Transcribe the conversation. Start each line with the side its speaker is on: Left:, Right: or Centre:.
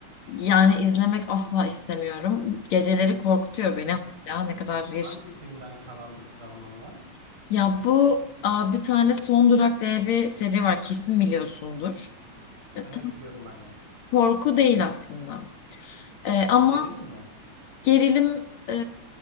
Left: yani izlemek asla istemiyorum. Geceleri korkutuyor beni
Right: Hı hı.
Left: hala ne kadar yaşım.
Right: Hangi filmden kalan bir travman var?
Left: Ya bu aa, bir tane Son Durak diye bir seri var kesin biliyorsundur. E,
Right: He
Left: tam
Right: he, biliyorum aynen.
Left: korku değil aslında. E, ama
Right: Gerilim mi?
Left: gerilim e,